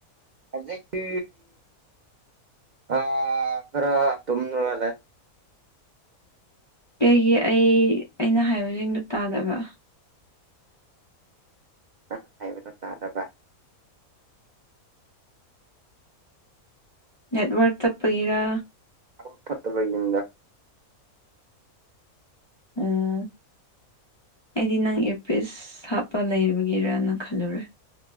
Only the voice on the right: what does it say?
ꯍꯧꯖꯤꯛꯇꯤ ꯑ ꯈꯔ ꯇꯣꯃꯤꯅꯂꯦ
ꯑꯪꯅ ꯍꯥꯏꯕꯗꯣ ꯇꯥꯗꯕ
ꯑ ꯐꯠꯇꯕꯒꯤꯅꯤꯗ